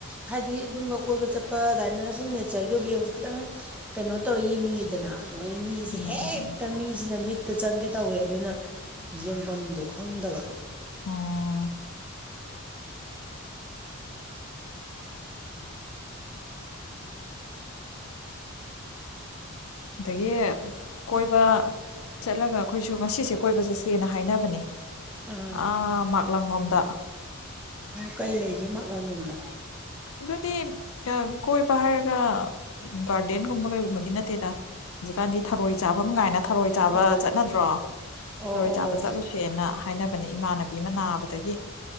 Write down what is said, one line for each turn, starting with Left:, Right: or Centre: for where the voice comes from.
Centre: ꯍꯥꯏꯗꯤ ꯑꯗꯨꯝꯕ ꯀꯣꯏꯕ ꯆꯠꯄ ꯑꯗꯨꯃꯥꯏꯅ ꯁꯨꯝ ꯅꯦꯆꯔꯒꯤ ꯑꯣꯏꯕ ꯑꯃꯡꯁꯦ ꯈꯤꯇꯪ ꯀꯩꯅꯣ ꯇꯧꯔ ꯌꯦꯡꯅꯤꯡꯉꯤꯗꯅ ꯑꯗꯨ ꯃꯣꯏꯅ ꯃꯤꯁꯦ
Left: ꯎꯝ
Centre: ꯍꯦꯛꯇ
Left: ꯎꯝ ꯎꯝ
Centre: ꯃꯤꯁꯤꯅ ꯃꯤꯠ ꯇ ꯆꯪꯒꯦ ꯇꯧꯋꯦ ꯑꯗꯨꯅ ꯌꯦꯡꯐꯝꯗꯣ ꯈꯪꯗꯕ
Left: ꯑꯣ ꯑꯗꯒꯤ ꯀꯣꯏꯕ ꯆꯠꯂꯒ ꯑꯩꯈꯣꯏꯁꯨ ꯉꯁꯤꯁꯦ ꯀꯣꯏꯕ ꯆꯠꯁꯦꯅ ꯍꯥꯏꯅꯕꯅꯦ
Centre: ꯑꯥ
Left: ꯑ ꯃꯒꯂꯣꯝꯗ
Centre: ꯀꯩ ꯂꯩꯒꯦ ꯃꯥꯛꯂꯪꯂꯣꯝꯗ
Left: ꯑꯗꯨꯗꯤ ꯀꯣꯏꯕ ꯍꯥꯏꯔꯒ ꯒꯥꯔꯗꯦꯟꯒꯨꯝꯕ ꯀꯩꯒꯨꯝꯕꯒꯤ ꯅꯠꯇꯦꯗ ꯍꯧꯖꯤꯛꯀꯥꯟꯗꯤ ꯊꯔꯣꯏ ꯆꯥꯐꯝ ꯀꯥꯏꯅ ꯊꯔꯣꯏ ꯆꯥꯕ
Centre: ꯑꯣ
Left: ꯆꯠꯅꯗ꯭ꯔꯣ
Centre: ꯑꯣ
Left: ꯊꯔꯣꯏ ꯆꯥꯕ
Centre: ꯑꯣ
Left: ꯆꯠꯂꯨꯁꯦꯅ ꯍꯥꯏ ꯏꯃꯥꯟꯅꯕꯤ ꯑꯃ ꯅꯥꯕꯗꯒꯤ